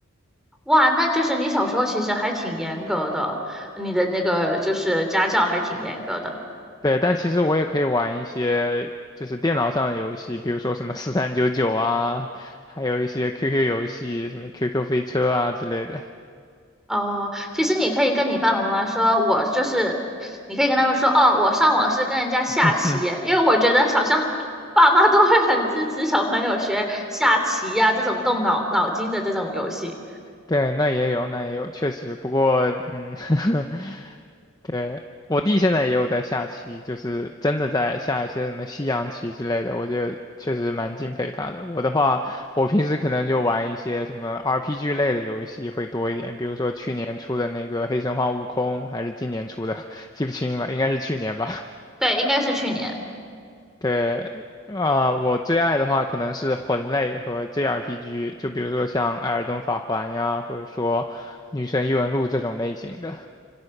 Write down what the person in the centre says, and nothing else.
哇，那就是你小时候其实还挺严格的，你的那个就是家教还挺严格的。
哦，其实你可以跟你爸爸妈妈说，我就是，你可以跟他们说，哦，我上网是跟人家下棋耶因为我觉得好像
<laughs> 爸妈都会很支持小朋友学下棋呀、这种动脑脑筋的这种游戏。
对，应该是去年